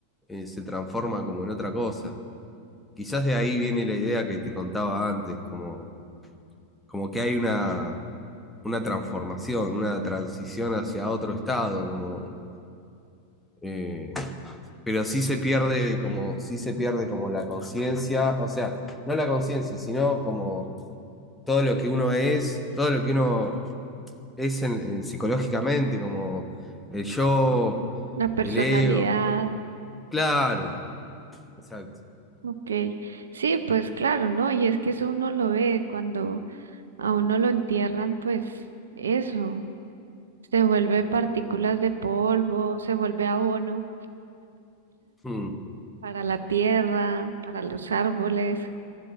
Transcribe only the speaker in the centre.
eh, se transforman como en otra cosa. Quizás de ahí viene la idea que te contaba antes, como, como que hay una, una transformación, una transición hacia otro estado, como, eh, pero sí se pierde como, sí se pierde como la conciencia, o sea, no la conciencia, sino como todo lo que uno es, todo lo que uno es en- en- psicológicamente, como el yo,
el ego. Claro, Exacto.
Mm,